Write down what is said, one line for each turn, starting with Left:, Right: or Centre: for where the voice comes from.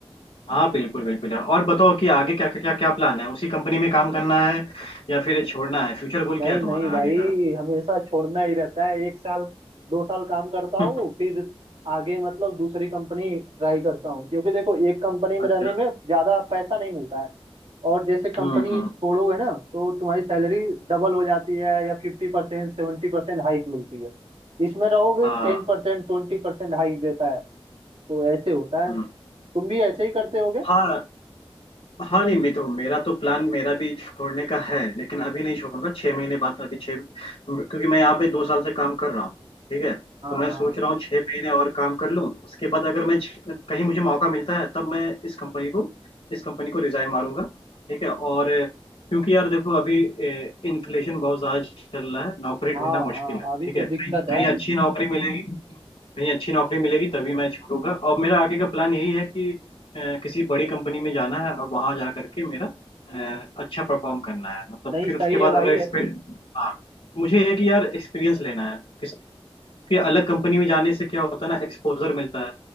Left: हाँ बिल्कुल बिल्कुल यार और बताओ कि आगे क्या क्या क्या क्या प्लान है उसी कंपनी में काम करना है या फिर छोड़ना है फ्यूचर गोल
Right: नहीं
Left: क्या है
Right: नहीं
Left: तुम्हारा
Right: भाई
Left: आगे का
Right: हमेशा छोड़ना ही रहता है एक साल दो साल काम करता
Left: <laughs>
Right: हूँ फिर आगे मतलब दूसरी कंपनी ट्राई करता हूँ क्योंकि देखो एक कंपनी में
Left: अच्छा
Right: रहने में ज्यादा पैसा नहीं मिलता है और जैसे कंपनी
Left: हम्म हम्म
Right: छोड़ोगे ना तो तुम्हारी सैलरी डबल हो जाती है या फिफ्टी परसेंट सेवेंटी परसेंट हाइक मिलती है इसमें रहोगे
Left: हाँ
Right: टेन परसेंट ट्वेंटी परसेंट हाइक देता है तो ऐसे होता है
Left: हम्म
Right: तुम भी ऐसे ही करते होगे
Left: हाँ हाँ नहीं मैं तो मेरा तो प्लान मेरा भी छोड़ने का है लेकिन अभी नहीं छोड़ूंगा छह महीने बाद अभी छह क्योंकि मैं यहाँ पे दो साल से काम कर रहा हूँ ठीक है तो
Right: हाँ
Left: मैं
Right: हाँ
Left: हाँ सोच रहा हूँ छह महीने और काम कर लूँ उसके बाद अगर मैं छ- कहीं मुझे मौका मिलता है तब मैं इस कंपनी को इस कंपनी को रिजाइन मारूंगा ठीक है और अ, क्योंकि यार देखो अभी इन्फ्लेशन बहुत ज्यादा चल रहा है नौकरी ढूंढना
Right: हाँ
Left: मुश्किल
Right: हाँ हाँ
Left: है
Right: अभी
Left: ठीक
Right: तो
Left: है
Right: दिक्कत
Left: कहीं
Right: है
Left: कहीं
Right: हम्म,
Left: अच्छी नौकरी मिलेगी कहीं अच्छी नौकरी मिलेगी तभी मैं छोड़ूंगा और मेरा आगे का प्लान यही है कि अ, किसी बड़ी कंपनी में जाना है और वहां जा करके मेरा अ, अच्छा परफॉर्म करना है मतलब
Right: नहीं
Left: फिर
Right: सही
Left: उसके बाद
Right: है भाई
Left: अगर एक्सपीरियंस हाँ मुझे है कि यार एक्सपीरियंस लेना है किस कि अलग कंपनी में जाने से क्या होता है ना एक्सपोजर मिलता है